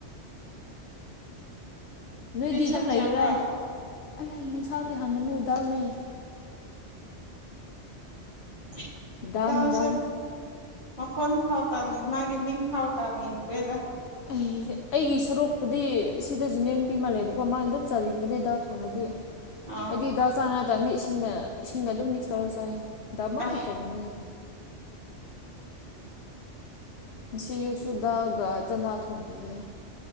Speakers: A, on the left; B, on the left.
A: ꯅꯣꯏꯗꯤ
B: ꯏꯟꯁꯥꯡ
A: ꯑꯗꯨꯝ
B: ꯆꯥꯕ꯭ꯔꯥ
A: ꯂꯩꯒꯦꯔꯥ ꯂꯩ ꯌꯦꯟꯁꯥꯡꯗꯤ ꯍꯡꯒꯅꯨ ꯗꯥꯜꯅꯦ
B: <unintelligible>
A: ꯗꯥꯜ ꯗꯥꯜ
B: ꯃꯈꯣꯟ ꯊꯣꯛꯇꯝꯃꯦ ꯃꯥꯒꯤ ꯃꯤꯡ ꯐꯥꯎ ꯇꯥꯅꯤꯡꯇ꯭ꯔꯦꯗ
A: ꯑꯩꯗꯤ ꯑꯩꯒꯤ ꯁꯔꯨꯛꯄꯨꯗꯤ ꯁꯤꯗꯁꯨꯅꯦ ꯅꯨꯄꯤ ꯑꯃ ꯂꯩꯌꯦꯕꯀꯣ ꯃꯥꯅ ꯑꯗꯨꯝ ꯆꯥꯕꯤꯕꯅꯦ ꯗꯥꯜ ꯊꯣꯡꯉꯗꯤ
B: ꯑꯥ
A: ꯑꯩꯗꯤ ꯗꯥꯜ ꯆꯥꯅꯤꯡꯗꯕꯒꯤ ꯏꯁꯤꯡꯅ ꯏꯁꯤꯡꯒ ꯑꯗꯨꯝ ꯃꯤꯛꯁ ꯇꯧꯔ ꯆꯥꯏ ꯗꯥꯜꯃꯛꯇꯤ
B: ꯑꯥꯏ
A: ꯇꯟꯕꯒꯤ ꯉꯁꯤ ꯑꯌꯨꯛꯁꯨ ꯗꯥꯜꯒ ꯆꯥꯅꯥ ꯊꯣꯡꯕꯤꯌꯦ